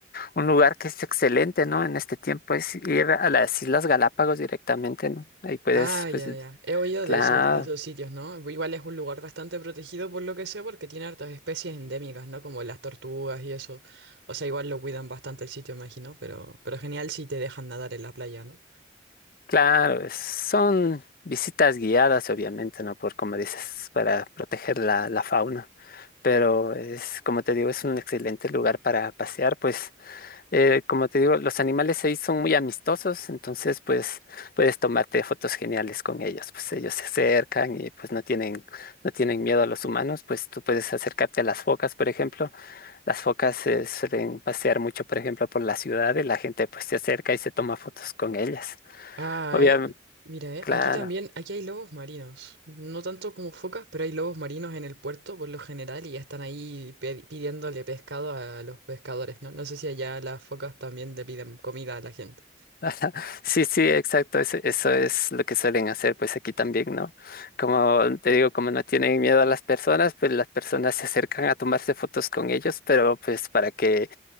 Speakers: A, on the left (about 50°); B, on the right (about 85°).
A: un lugar que es excelente, ¿no? En este tiempo es ir a las Islas Galápagos directamente, ¿no? Ahí puedes,
B: Ah, ya,
A: pues,
B: ya. He oído
A: claro,
B: de esos, de esos sitios, ¿no? Igual es un lugar bastante protegido por lo que sé, porque tiene hartas especies endémicas, ¿no? Como las tortugas y eso. O sea, igual lo cuidan bastante el sitio, imagino, pero, pero genial si te dejan nadar en la playa, ¿no?
A: claro, es- son visitas guiadas, obviamente, ¿no? Por, como dices, para proteger la, la fauna. Pero es, como te digo, es un excelente lugar para pasear, pues. Eh, como te digo, los animales ahí son muy amistosos, entonces pues puedes tomarte fotos geniales con ellos, pues ellos se acercan y pues no tienen, no tienen miedo a los humanos, pues tú puedes acercarte a las focas, por ejemplo, las focas se suelen pasear mucho, por ejemplo, por la ciudad y la gente pues se acerca y se toma fotos con ellas.
B: Ah,
A: Obviamente,
B: eh. Mira, eh.
A: claro.
B: Aquí también, aquí hay lobos marinos. No tanto como focas, pero hay lobos marinos en el puerto por lo general y ya están ahí pe- pidiéndole pescado a los pescadores, ¿no? No sé si allá las focas también le piden comida a la gente.
A: <laughs> Ajá. Sí, sí, exacto, eso, eso es lo que suelen hacer, pues aquí también, ¿no? Como te digo, como no tienen miedo a las personas, pues las personas se acercan a tomarse fotos con ellos, pero pues para que